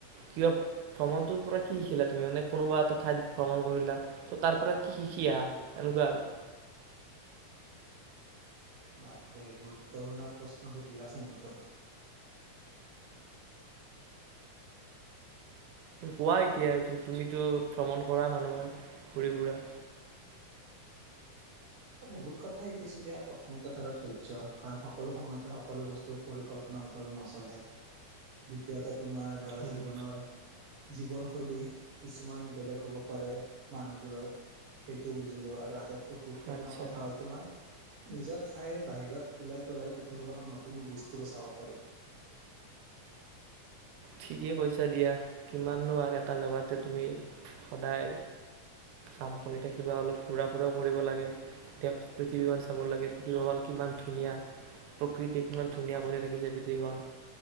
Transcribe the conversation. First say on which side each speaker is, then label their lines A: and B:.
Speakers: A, on the right; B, on the right.
A: কিবা ভ্ৰমণটোৰ পৰা কি শিকিলা তুমি মানে কোনোবা এটা ঠাই ভ্ৰমণ কৰিলা ত তাৰ পৰা কি শিকি আহা এনেকুৱা আৰু
B: বাপৰে গুৰুত্বপূৰ্ণ প্ৰশ্ন সুধিলা চোন এইটো
A: কোৱা এতিয়া যোন তুমিতো ভ্ৰমণ কৰা মানুহ হয় ঘুৰি ফুৰা
B: বহুত কথা শিকিছো দিয়া প্ৰথমতে ধৰা ধৈৰ্য্য কাৰণ সকলো সময়তে সকলো বস্তু পৰিকল্পনা মতটো নচলে দ্বিতীয়তে তোমাৰ ধৰা
A: উম,
B: জীৱনৰ জীৱনশৈলী কিছুমান বেলেগ হ'ব পাৰে মানুহবোৰৰ সেইটো বুজিলোঁ আৰু আটাইতকৈ গুৰুত্ব গুৰুত্বপূৰ্ণ
A: আচ্ছা
B: কথা হ'ল তোমাৰ নিজৰ ঠাইৰ বাহিৰত ওলাই গলেহে পৃথিৱীখনৰ নতুন দৃষ্টিৰে চাব পাৰি।
A: ঠিকেই কৈছা দিয়া কিমাননো আৰু এটা জেগাতে তুমি সদায় কাম কৰি থাকিবা, অলপ ঘূৰা ফুৰাও কৰিব লাগে দেশ পৃথিৱীখন চাব লাগে পৃথিৱীখন কিমান ধুনীয়া প্ৰকৃতি কিমান ধুনীয়া কৰি ৰাখিছে পৃথিৱীখন